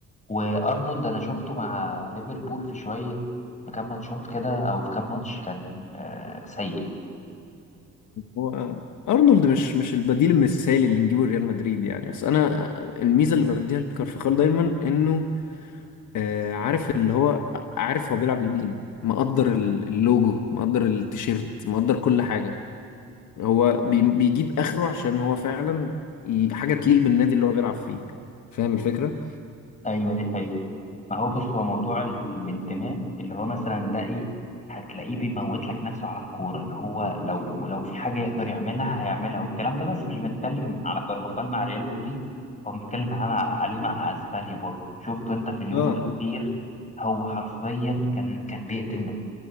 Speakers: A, on the left; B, on the left.
A: وارنولد انا شفته مع ليفربول في شويه في كام ماتشات كده او في كام ماتش كان أه سيء
B: هو ارنولد مش مش البديل المثالي اللي نجيبه ريال مدريد يعني بس انا الميزه اللي بديها لكارفخال دايما انه آه، عارف اللي هو عارف هو بيلعب لمين مقدر ال- اللوجو مقدر التيشيرت مقدر كل حاجه هو بي- بيجيب اخره عشان هو فعلا ي- حاجه تليق بالنادي اللي هو بيلعب فيه فاهم الفكره
A: ايوه دي حقيقة ما هو بص هو موضوع ال... الانتماء اللي هو مثلا ده ايه هتلاقيه بيموت لك نفسه على الكورة اللي هو لو لو في حاجة يقدر يعملها هيعملها والكلام ده بس مش بنتكلم على كارفاخال مع ريال مدريد هو بنتكلم على... عليه مع اسبانيا برضه شفته انت في اليورو
B: اه
A: الأخير هو حرفيا كان كان بيقتل نفسه